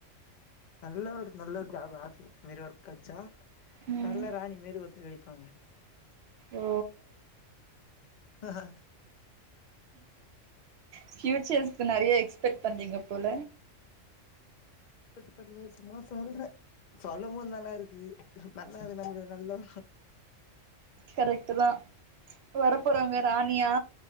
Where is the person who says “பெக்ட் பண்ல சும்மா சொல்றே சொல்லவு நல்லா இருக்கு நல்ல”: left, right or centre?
Left